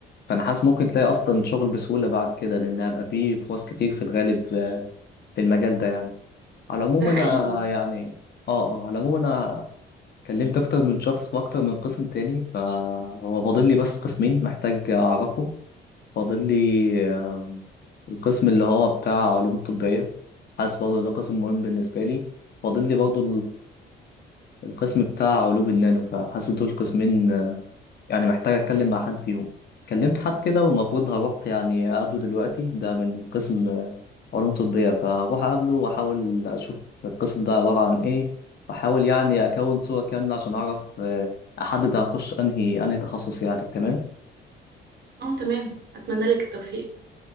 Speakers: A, on the left; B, on the right.
A: فانا حاسس ممكن تلاقي اصلا شغل بسهوله بعد كده لان هيبقى فيه فرص كتير في الغالب آه، في المجال ده يعني على العموم
B: ده حقيقي
A: انا يعني اه اه على العموم انا كلمت اكتر من شخص في اكتر من قسم تاني فهو فاضل لي بس قسمين محتاج اعرفهم فاضل لي آه، القسم اللي هو بتاع علوم الطبيه حاسس برضه ده قسم مهم بالنسبه لي فاضل لي برضه القسم بتاع علوم النانو فحاسس دول قسمين آه، يعني محتاج اتكلم مع حد فيهم كلمت حد كده والمفروض هروح يعني اقابله دلوقتي ده من قسم آه، علوم طبية فهروح اقابله واحاول اشوف القسم ده عبارة عن ايه واحاول يعني اكون صورة كاملة عشان اعرف آه، احدد هخش انهي انهي تخصص يعني تمام
B: اه تمام أتمنى لك التوفيق